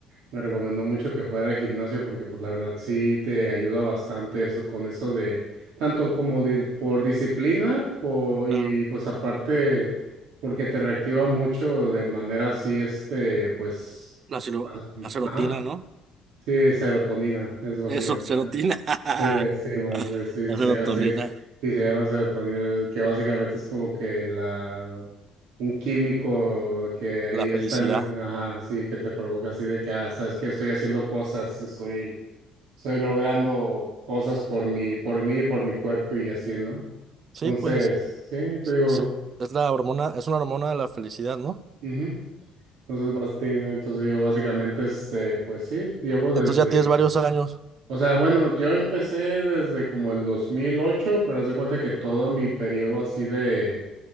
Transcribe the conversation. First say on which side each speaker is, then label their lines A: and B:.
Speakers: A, on the right (about 80°); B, on the right (about 35°).
A: Me recomendó mucho que fuera al gimnasio porque pues la verdad sí te ayuda bastante eso con eso de tanto como di- por disciplina po- y
B: claro.
A: pues aparte porque te reactiva mucho de manera así este pues
B: La, sero- la serotina,
A: ajá
B: ¿no?
A: sí serotonina es básicamente
B: Eso, serotina.
A: ah,
B: <laughs>
A: ¿eh? sí sí más sí sí
B: La
A: se
B: serotonina,
A: llama- sí, sí, sí, se llama serotonina que básicamente es como que la un químico que ahí
B: la felicidad.
A: está en el, ajá sí que te provoca así de que ah sabes que estoy haciendo cosas estoy estoy logrando cosas por mí, por mí, por mi cuerpo y así, ¿no?
B: Sí,
A: Entonces,
B: pues es,
A: sí, te digo,
B: es- es la hormona, es una hormona de la felicidad, ¿no?
A: ujú. Entonces, basti- entonces digo básicamente, este, pues sí, llevo desde,
B: Entonces ya tienes varios años.
A: o sea, bueno, yo empecé desde como el dos mil ocho pero haz de cuenta que todo mi periodo así de,